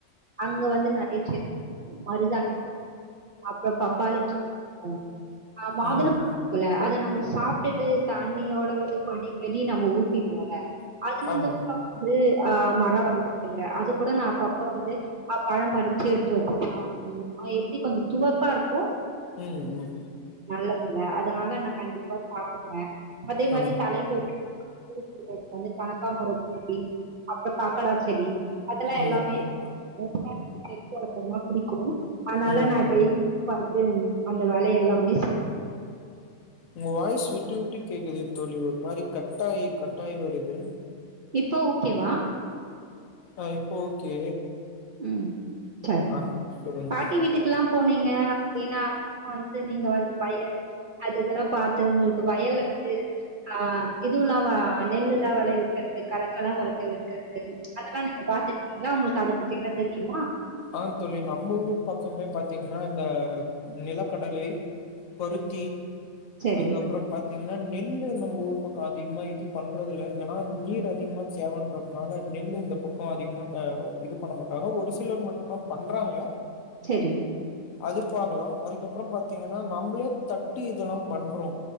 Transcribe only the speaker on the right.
அங்க வந்து நெறைய செடி இருக்கு மருதாணி அப்புறோ பப்பாளி ம் ஆ மாதுளபழோ
இருக்குல அத நம்ம சாப்ட்டுட்டு தண்ணியோட வந்து பணி வெலி நம்ம ஊத்திடுவோம்ல அதுல இருந்து
வந்து அ மரோ வந்துருக்கங்க அது கூட நா அப்பப்ப வந்து <unintelligible> பழம் பறிச்சு எடுத்து வச்சு சாப்பிடுணு ஆ் எப்டி கொஞ்சோ துவரப்பா இருக்கு
நல்லதுங்க அதனால நா கண்டிப்பா சாப்டுவே அதே மாரி
தலைக்கு வெ <unintelligible> வந்து கனக்காமர செடி அப்புறோ காக்கடா செடி அதெல்லா
எல்லாமே இருக்கு <unintelligible> புடிக்கு அதனால
நான் டெய்லி <unintelligible> ரேம் அந்த வேலை எல்லாமே செய்
இப்ப ஓகேவா
ம் சரி.
பாட்டி
வீட்டுக்கெல்லா போனீங்க அப்டின்னா அங்கெல்லா வந்து நீங்க வந்து வயல் அது இதெல்லா பாத்து உங்களுக்கு வயல்ல வந்து ஆ இதுவுமில்லா நெல்லு எல்லா வெளைவிக்கிறது கலக்கலா வளர்க்க விக்கறது அதெல்லா நீங்க பாத்திருக்கீங்களா உங்களுக்கு அத பத்தி எல்லா தெரியுமா
சரி,
செரி